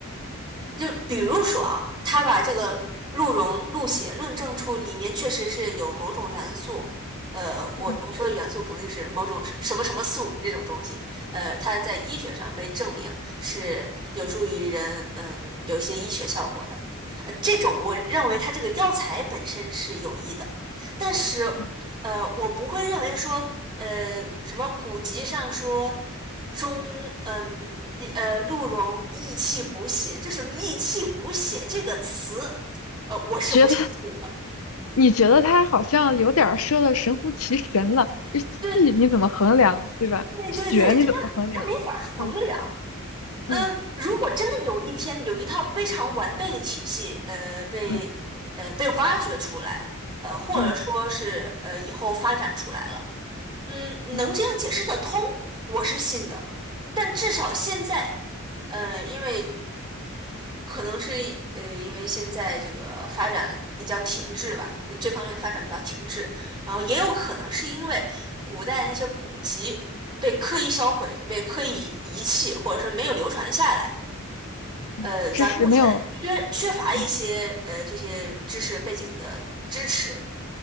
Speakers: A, on the left; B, on the right.
A: 嗯
B: 就比如说啊，他把这个鹿茸、鹿血论证出里面确实是有某种元素，呃，我我说的元素可能就是某种是什么什么素这种东西，
A: 嗯
B: 呃，它在医学上被证明是有助于人，嗯，有些医学效果的。呃，这种我认为它这个药材本身是有益的，但是，
A: 嗯，
B: 呃，我不会认为说呃，什么古籍上说中，嗯，一呃，鹿茸益气补血，就是“益气补血”这个词，呃，我是不相信的。
A: 觉得你觉得它好像有点儿说的神乎其神了，这气你怎么衡量，
B: 对
A: 对吧？血你怎么衡量？
B: 对对对，它它没法衡量。
A: 嗯
B: 嗯，
A: 嗯
B: 如果真的有一天有一套非常完备的体系，呃，被呃被挖掘出来，
A: 嗯
B: 呃，或者说是呃以后发展出来了。
A: 嗯
B: 嗯，
A: 嗯嗯
B: 能这样解释得通，我是信的。但至少现在，呃，因为可能是呃，
A: 嗯
B: 因为现在这个发展比较停滞吧，呃这方面发展比较停滞，然后也有可能是因为古代那些古籍被刻意销毁、被刻意遗弃，或者是没有流传下来。
A: 嗯知识没有。
B: 呃，咱目前缺缺乏一些呃这些知识背景的支持，
A: 嗯